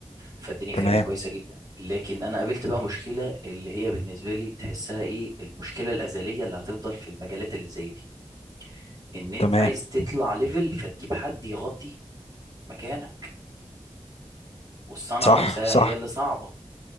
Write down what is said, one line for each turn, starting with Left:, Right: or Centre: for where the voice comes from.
Right: فالدنيا
Left: تمام
Right: كانت كويسه جدا لكن انا قابلت بقى مشكله اللي هي بالنسبه لي تحسها ايه المشكله الازليه اللي هتفضل في المجالات اللي زي دي ان انت
Left: تمام
Right: عايز تطلع ليفل فتجيب حد يغطي مكانك والصنعه
Left: صح
Right: نفسها
Left: صح
Right: هي اللي صعبه